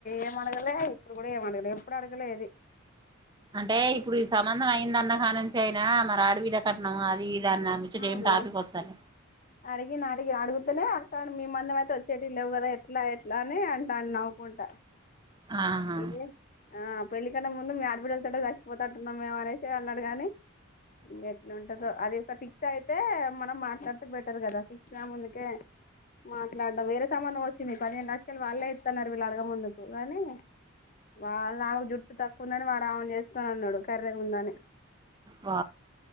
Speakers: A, on the left; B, on the right.
A: ఏ అడగలే ఇప్పుడు కూడా ఏం అడగలి ఎప్పుడు అడగలే అది
B: అంటే ఇప్పుడు సంబంధం అయింద అన్నగా నుంచి అయినా మరి ఆడబిడ్డ కట్నం అది ఇది అన్న ముచ్చట
A: ఆ
B: ఏం టాపిక్
A: అ
B: వస్తలే
A: అడిగ నా అడిగి ఆడుగుదల కానీ మీమందం అయితే వచ్చేటి లేవు కదా ఎట్లా ఎట్లా అని అంటా నవ్వుకుంటారు
B: ఆహా
A: ఇదే ఆ పెళ్ళ కన్నా ముందు మీ ఆడపిడి వెళ్తాడుో గర్చిపోతాట్టున్నాంేమ అనేసి అన్నాడు కానీ ఇంక ఎట్లా ఉంటుందో అది ఒక ఫిక్స్ అయితే మనం మాట్లాడితే బెటర్ కదా ఫిక్స్ కా ముందుకే మాట్లాడదాం వేరే సంబంధం వచ్చింది పదిహేను లక్షలు వాళ్ళే ఇస్తున్నారు వీళ్ళు అడగ ముందుకు కానీ వాళ్ళ నాకు జుట్టు తక్కువందని వాడు ఆమెను చేసుకుని అన్నాడు కర్రే ఉందని
B: వ